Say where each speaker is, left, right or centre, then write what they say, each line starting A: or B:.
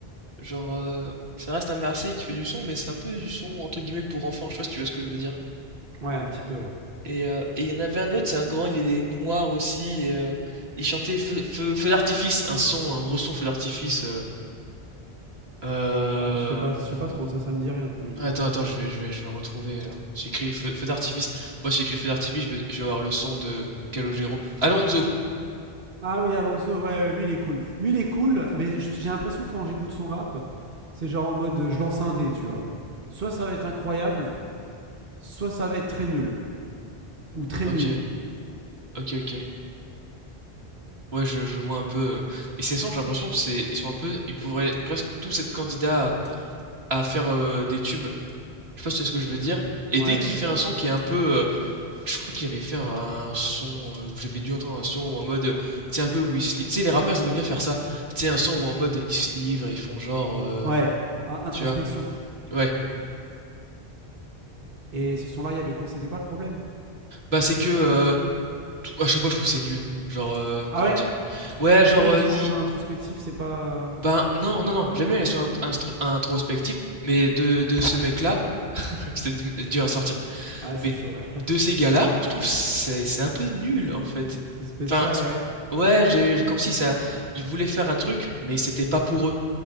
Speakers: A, on the right (about 80°); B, on the right (about 60°).
A: Genre, heu, ça reste un Marseillais qui fait du son, mais c'est un peu du son entre guillemets «pour enfants», je sais pas si tu vois ce que je veux dire?
B: ouais, un petit peu, ouais.
A: Et heu, et il y en avait un autre, c'est un grand, il est noir aussi et heu, il chantait feu feu feu d'artifice, un son, un gros son feu d'artifice, heu, hem,
B: Ouais, je sais pas, je sais pas trop, ça, ça me dit rien pour le coup.
A: attends, attends, je vais je vais je vais retrouver, heu, j'ai écrit feu feu d'artifice. Moi, j'ai écrit feu d'artifice, je vais je vais avoir le son de Calogero. Alonso!
B: Ah oui, Alonso, ouais, ouais, lui il est cool. Lui il est cool, mais j- j'ai l'impression quand j'écoute son rap, c'est genre en mode euh, je lance un dé, tu vois. Soit ça va être incroyable, soit ça va être très nul, ou très
A: OK,
B: mid.
A: OK, OK. Ouais, je je vois un peu, heu, mais ces sons, j'ai l'impression c'est ils sont un peu ils pourraient presque tous être candidats à à faire, heu, des tubes. Je sais pas si c'est ce que je veux dire. Et
B: Ouais,
A: dès qu'il fait un son qui est un peu. euh, je crois qu'il avait fait un, un son euh, où j'avais dû entendre un son ou en mode. euh, Tu sais, un peu où ils se livrent. Tu sais, les rappeurs, ils aimaient bien faire ça. Tu sais, un son où en mode ils se livrent et ils font genre. euh,
B: ouais, In- introspection.
A: tu vois? Ouais.
B: Et ce son-là, il y avait quoi C'était quoi le problème
A: Bah, c'est que. euh, tout- à chaque fois, je trouve que c'est nul. Genre, euh,
B: Ah
A: comment
B: ouais
A: dire?
B: tu, trou-
A: Ouais,
B: tu
A: genre.
B: trouves les
A: euh,
B: sons
A: il-
B: in- introspectifs, c'est pas.
A: Ben, non, non, non. J'aime bien les sons int- instro- introspectifs. Mais de, de ce mec-là, <laughs> c'était du- dur à sortir.
B: Ouais, c'est
A: Mais
B: chaud, ouais.
A: de ces gars-là, je trouve c'est c'est un peu nul en fait.
B: C'est spécial,
A: Enfin, c'est-
B: ouais.
A: ouais, j'ai comme si ça, ils voulaient faire un truc, mais c'était pas pour eux,